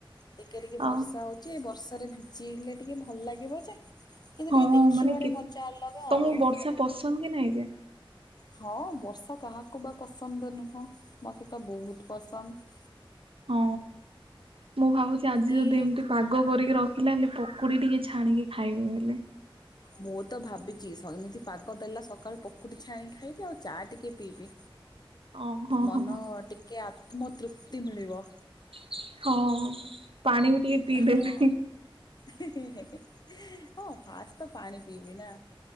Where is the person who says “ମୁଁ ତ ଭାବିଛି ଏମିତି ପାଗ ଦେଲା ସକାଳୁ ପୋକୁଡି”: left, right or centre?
Left